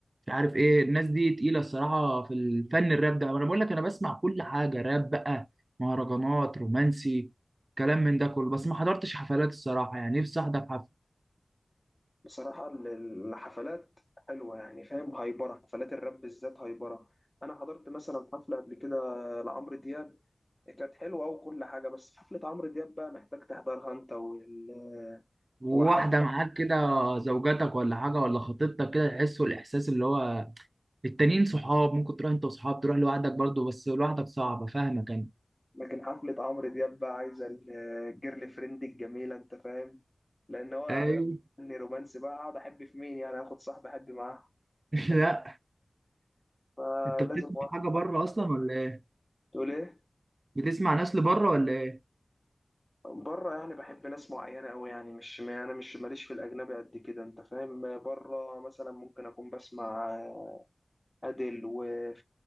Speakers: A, on the right; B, on the left.
A: مش عارف ايه الناس دي تقيله الصراحه في الفن الراب ده انا بقول لك انا بسمع كل حاجه راب بقى مهرجانات رومانسي كلام من ده كله بس ما حضرتش حفلات الصراحه يعني نفسي احضر حفله
B: بصراحه ال- الحفلات حلوه يعني فاهم هايبره حفلات الراب بالذات هايبره انا حضرت مثلا حفله قبل كده لعمرو دياب كانت حلوه وكل حاجه بس حفله عمرو دياب بقى محتاج تحضرها انت وال
A: وواحده
B: وحد
A: معاك كده زوجتك ولا حاجه ولا خطيبتك كده تحسوا الاحساس اللي هو التانيين صحاب ممكن تروح انت وصحاب تروح لوحدك برضه بس لوحدك صعبة فاهمك انا
B: لكن حفلة عمرو دياب بقى عايزة ال- الجيرل فريند الجميلة أنت فاهم لأن هو
A: ايوه
B: فني رومانسي بقى أقعد أحب في مين يعني آخد صاحب أحب معاه
A: <laughs> لا
B: أحب- فلازم
A: انت بتسمع
B: واحد
A: حاجة بره اصلا ولا ايه؟
B: تقول إيه
A: بتسمع ناس لبره ولا ايه؟
B: بره يعني بحب ناس معينة أوي يعني مش ما أنا مش ماليش في الأجنبي قد كده أنت فاهم بره مثلا ممكن أكون بسمع أديل وفي